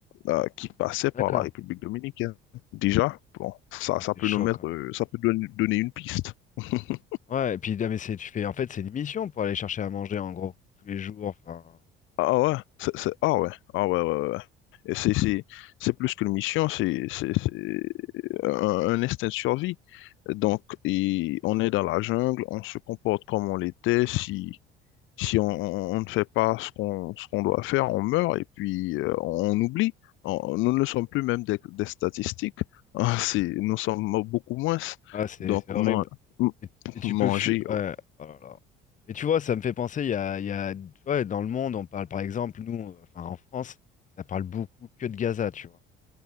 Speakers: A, on the left; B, on the left.
A: euh, qui passaient par
B: D'accord.
A: la République dominicaine. Déjà, bon, ça,
B: Ah,
A: ça
B: c'est
A: peut
B: chaud,
A: nous mettre,
B: quand même.
A: euh, ça peut don- donner une piste. <laughs>
B: Ouais, et puis, non, mais c'est, tu fais, en fait, c'est une mission pour aller chercher à manger, en gros, tous les jours. Enfin,
A: Ah ah ouais, c'est, c'est- ah ouais, ah ouais, ouais, ouais. ouais. Et c'est, c'est, c'est plus qu'une mission, c'est, c'est, c'est un, un instinct de survie. Donc, et on est dans la jungle, on se comporte comme on l'était. Si, si on, on- on ne fait pas ce qu'on, ce qu'on doit faire, on meurt et puis euh, on, oublie. On- nous ne sommes plus même des, des statistiques. <laughs> c'est, nous sommes beaucoup moins.
B: ah, c'est
A: Donc,
B: c'est horrible.
A: man- m-
B: Et, et tu
A: manger.
B: peux fuir. Ouais,
A: oh.
B: oh là là. Mais tu vois, ça me fait penser, il y a, il y a- tu vois, dans le monde, on parle par exemple, nous, euh, enfin en France, ça parle beaucoup que de Gaza, tu vois,